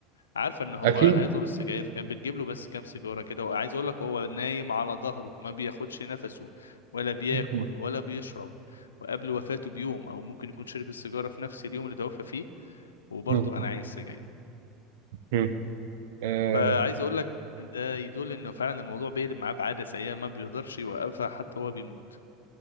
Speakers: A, on the left; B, on the right.
A: عارفه ان هو
B: اكيد
A: هيطلب السجاير فكانت بتجيب له بس كام سيجاره كده وعايز اقول لك وهو نايم على ظهره ما بياخدش نفسه ولا بياكل
B: مم.
A: ولا بيشرب وقبل وفاته بيوم او ممكن يكون شرب السيجاره في نفس اليوم اللي توفى فيه وبرضه
B: مم.
A: انا عايز سجاير
B: مم. آه.
A: فعايز اقول لك ده يدل انه فعلا الموضوع بيقلب معاه بعاده سيئه ما بيقدرش يوقفها حتى هو بيموت